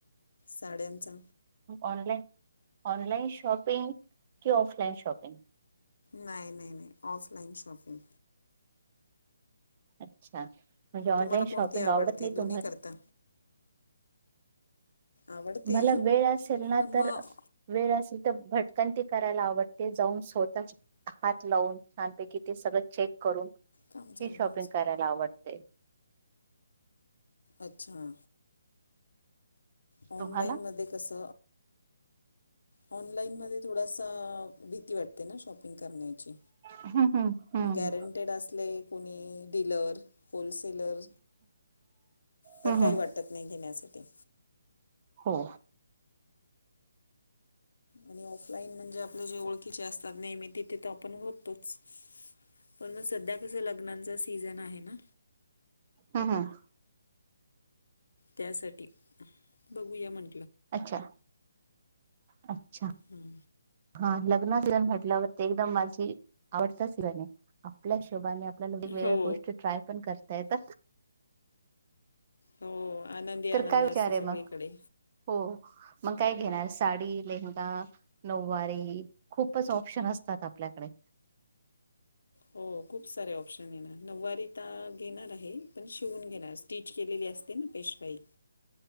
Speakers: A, on the left (about 75°); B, on the right (about 20°).
A: साड्यांचा
B: ऑनलाईन ऑनलाइन शॉपिंग कि ऑफलाइन शॉपिंग
A: नाही नाही नाही ऑफलाईन शॉपिंग
B: अच्छा म्हणजे ऑनलाइन
A: तुम्हाला कोणती
B: शॉपिंग
A: आवडते
B: आवडत नाही
A: दोन्ही
B: तुम्हाला
A: करता? आवडते.
B: मला वेळ असेल ना
A: पण
B: तर
A: मग
B: वेळ असेल तर भट क ते करायला आवडते जाऊन स्वतःच हात लावून छानपैकी ते सगळं चेक करून
A: काम चालू
B: हे शॉपिंग
A: माझं
B: करायला आवडते
A: अच्छा ऑनलाईन
B: तुम्हाला?
A: मध्ये कस म थ भीती वाटते शॉपिंग करण्याची
B: हम्म हम्म हम्म
A: गॅरंटेड असले कोणी डीलर होलसेलर तर
B: हम्म
A: काही
B: हम्म
A: वाटत नाही घेण्यासाठी
B: हो
A: आणि ऑफलाईन म्हणजे आपले जे ओळखीचे असतात नेहमी तिथे तर आपण होतोच पण मग सध्या कस लग्नाचा सीझन आहे ना
B: हम् हम्
A: त्यासाठी बघूया म्हण
B: अच्छा अच्छा
A: हम्
B: हा लग्ना सिन म्हटल्यावर ते एकदम माझी आवडता सिजन आहे आपल्या शशोबाने आपल्याला वेगवेगळ्या
A: हो
B: गोष्टी ट्राय पण करता येत
A: हो आनंदी आनंद
B: तर काय विचार
A: असतो
B: आहे
A: सगळीकडे.
B: मग हो मग काय घेणार साडी लहा नऊवारी खूपच ऑप्शन असतात आपल्याकडे
A: हो खूप सारे ऑप्शन येणार नऊवारी घेणार आहे पण शिवून घेणार स्टीच के ते ना पेशपई